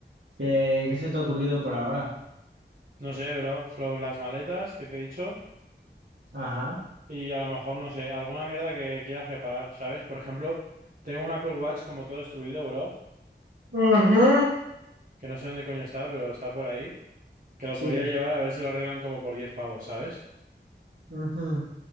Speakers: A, on the right; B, on the right.
A: ¿Qué, qué se te ha ocurrido por ahora?
B: No sé, bro. Flow, las maletas que te he dicho.
A: Ajá,
B: Y a lo mejor, no sé, alguna mierda que quieras reparar, ¿sabes? Por ejemplo, tengo un Apple Watch como todo destruido, bro.
A: Ajá.
B: Que no sé dónde coño está, pero está por ahí. Que lo
A: sí,
B: podría llevar a ver si lo arreglan como por 10 pavos, ¿sabes?
A: ujú,